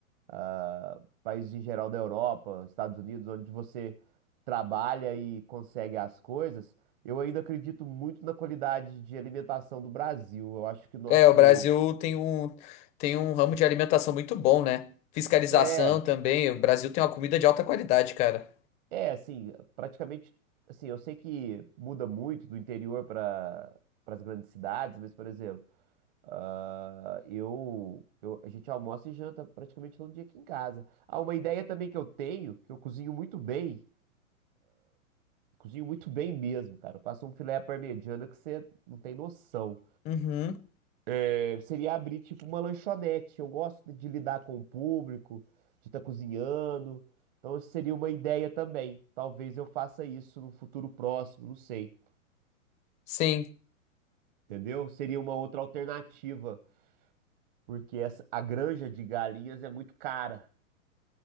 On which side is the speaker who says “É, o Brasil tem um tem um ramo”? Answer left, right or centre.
Left